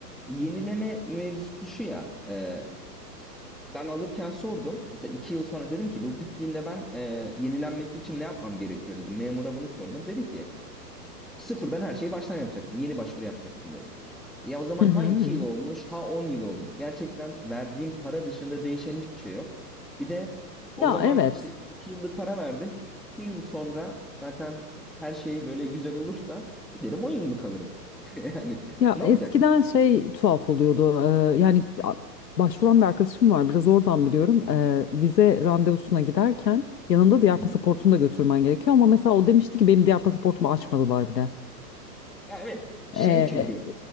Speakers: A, in the centre; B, on the left.
A: yenileme mevzusu şu ya. e, ben alırken sordum. Mesela iki yıl sonra dedim ki bu bittiğinde ben e, yenilenmesi için ne yapmam gerekiyor dedim. Memura bunu sordum. Dedi ki Sıfırdan her şeyi baştan yapacaksın. Yeni başvuru yapacaksın dedi. Ya o zaman
B: Hı hı
A: ha 2
B: hı. hı.
A: yıl olmuş, ha 10 yıl olmuş. Gerçekten verdiğim para dışında değişen hiçbir şey yok. Bir de o
B: Ya
A: zaman
B: evet.
A: işte 2 yıllık para verdim. iki yıl sonra zaten her şey böyle güzel olursa giderim 10 yıllık alırım. <laughs> Yani
B: Ya
A: ne
B: eskiden
A: olacak?
B: şey tuhaf oluyordu. e, yani a- başvuran bir arkadaşım var. Biraz oradan biliyorum.
A: Hı hı,
B: E, vize randevusuna giderken yanında diğer
A: hı hı.
B: pasaportunu da götürmen gerekiyor. Ama mesela o demişti ki benim diğer pasaportumu açmadılar bile.
A: Ya evet. Şey
B: E,
A: çünkü.